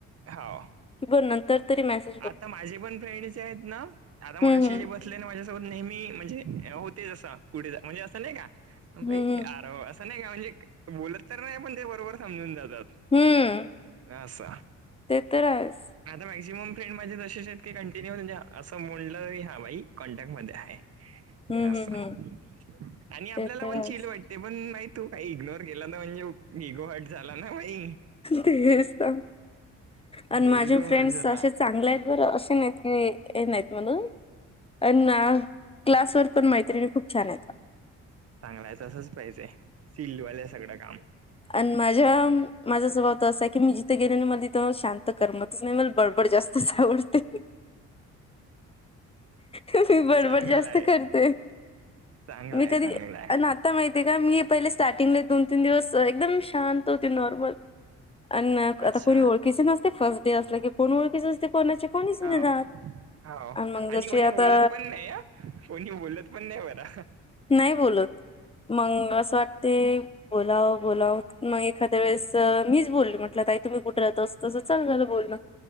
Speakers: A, on the right; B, on the left.
A: हा.
B: <unintelligible> तर तरी मॅसे
A: आता माझे पण फ्रेंडचे आहेत ना? आता
B: हम्म
A: मगाशी
B: हम्म
A: जे बस <unintelligible> माझ्यासोबत नेहमी म्हणजे होते असं कुठे, म्हणजे असं नाही का? बाई
B: हम्म हम्म
A: प्यार हो असं. नाही का म्हणजे, बोलत तर नाही पण ते बरोबर समजून जातात.
B: हम्म
A: अस
B: ते तर आहेच
A: आता मॅक्झिमम फ्रेंड माझे तसेच आहेत की कंटिन्यू म्हणजे असं म्हटलं तरी हा भाई कॉन्टॅक्ट मध्ये आहे
B: हम्म
A: अस
B: हम्म
A: आणि
B: हम्म
A: आपल्याला
B: ते तर
A: पण
B: आहेच
A: चिल वाट ते पण भाई तू काही इग्नोर केला तर म्हणजे इगो हट झाला ना भाई
B: तेच त आणि
A: इगो
B: माझे फ्रेंड्स
A: हट झाला
B: असे चांगले आहेत बरं असे नाहीत. हे, हे नाहीत म्हणून, अण्णा. क्लास वर पण मैत्रिणी खूप छानयता.
A: चांगला आहे तसंच पाहिजे. सिल्डवाल आहे सगळं काम.
B: आण माझ्या, माझा स्वभाव त असाय की, मी जि गेल्याने मला तीथ शांत करमतच नाही, मला बडबड जास्तच आवडते. मी बडबड
A: चांगलय.
B: जास्त करते.
A: चांगलंय,
B: मी कधी
A: चांगलंय.
B: आणि आता माहिती का, मी पहिले स्टार्टिंगला दोन तीन दिवस एकदम शांत होते, नॉर्मल. अन आता
A: अच्छा
B: कुणी ओळखीचे नसतय, फर्स्ट डे असलं की कोण ओळखीच असते कोणाचे? कोणीच नाही
A: हो
B: राहत.
A: हो
B: मग जशी
A: आणि कोणी
B: आता
A: बोलत पण नाही आ, कोणी बोलत पण नाही मला.
B: नाही बोलत. मग असं वाटते, बोलाव बोलाव. मग एखाद्या वेळेस मीच बोलल म्हटलं, ताई तुम्ही कुठे राहता? असं तसं चालू झालं बोलणं.